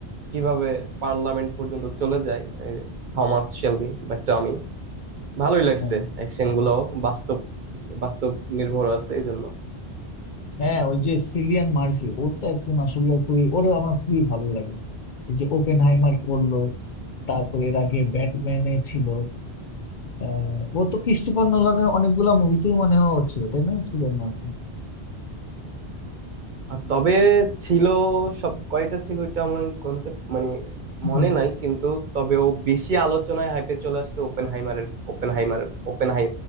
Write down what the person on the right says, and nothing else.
কিভাবে পার্লামেন্ট পর্যন্ত চলে যায় এই থমাস শেলবি বা টমি ভালোই লাগছে
অ্যাকশন গুলাও বাস্তব বাস্তব নির্ভর আছে এই জন্য
আর তবে ছিল সব কয়টা ছিল এটা আমি গন্তে মানে মনে
নাই কিন্তু তবে ও বেশি আলোচনায় হাইপে চলে আসছে ওপেন হাইমারের ওপেন হাইমারের ওপেন হাই